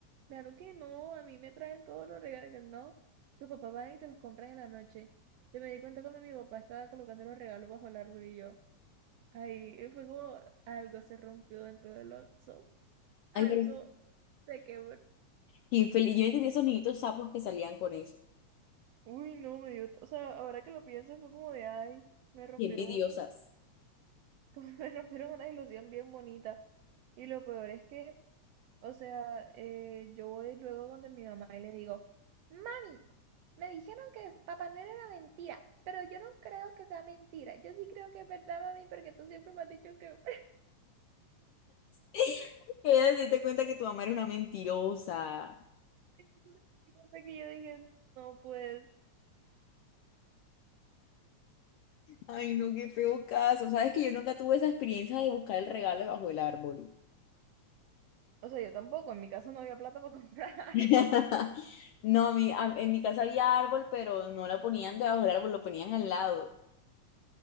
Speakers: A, on the right (about 80°); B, on the left (about 80°).
A: claro que no, a mí me traen todos los regalos. Que No, tu papá va y te los compra en la noche. Yo me di cuenta cuando mi papá estaba colocando los regalos bajo el árbol y yo, ay, y fue como algo se rompió dentro del oso, algo
B: Ay, pero
A: se quebró.
B: qué infeliz. Yo no entendía esos niñitos sapos que salían con eso.
A: Uy, no, me dio, o sea, ahora que lo pienso fue como de, ay, me rompieron
B: Qué envidiosas.
A: una como <laughs> me rompieron una ilusión bien bonita. Y lo peor es que, o sea, eh, yo voy luego donde mi mamá y le digo, mami, me dijeron que es- Papá Noel era mentira, pero yo no creo que sea mentira. Yo sí creo que es verdad, mami, porque tú siempre me has dicho que...
B: <laughs> Que ellas se diste cuenta que tu mamá era una mentirosa.
A: <laughs> Hasta que yo dije, no, pues...
B: Ay, no, qué feo caso. Sabes que yo nunca tuve esa experiencia de buscar el regalo bajo el árbol.
A: O sea, yo tampoco, en mi casa no había plata para comprar <laughs>
B: <laughs>
A: árbol.
B: No, a mí, a- en mi casa había árbol, pero no lo ponían debajo del árbol, lo ponían al lado.